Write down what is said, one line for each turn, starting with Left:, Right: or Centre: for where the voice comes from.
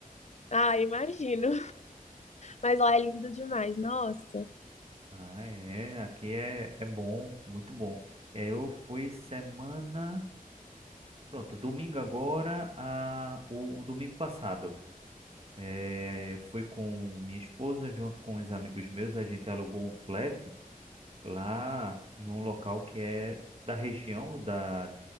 Left: Ah, imagino. Mas lá é lindo demais, nossa.
Right: Ah, é. Aqui é, é bom, muito bom. É, eu fui semana. Pronto, domingo agora, a, o, o domingo passado. É, fui com minha esposa, junto com os amigos meus, a gente alugou um flat. lá em um local que é da região da